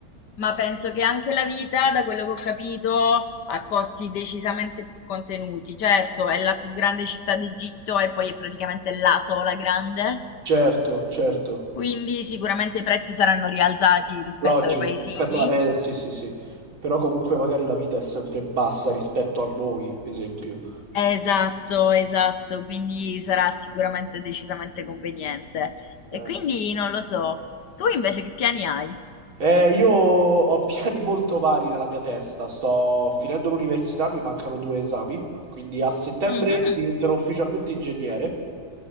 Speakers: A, on the left; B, on the right.
A: Ma penso che anche la vita, da quello che ho capito, ha costi decisamente più contenuti. Certo, è la più grande città d'Egitto e poi è praticamente la sola grande,
B: Certo, certo,
A: quindi sicuramente i prezzi saranno rialzati rispetto
B: logico,
A: ai paesini.
B: rispetto a... eh, Capito? sì, sì, sì, però comunque magari la vita è sempre bassa rispetto a noi, esempio.
A: Esatto, esatto, quindi sarà sicuramente decisamente conveniente. E
B: Eh,
A: quindi non lo so. Tu invece che piani hai?
B: Eh, io ho <laughs> piani molto vari nella mia testa. Sto finendo l'università, mi mancano due esami, quindi a settembre
A: Mhm,
B: diventerò ufficialmente ingegnere.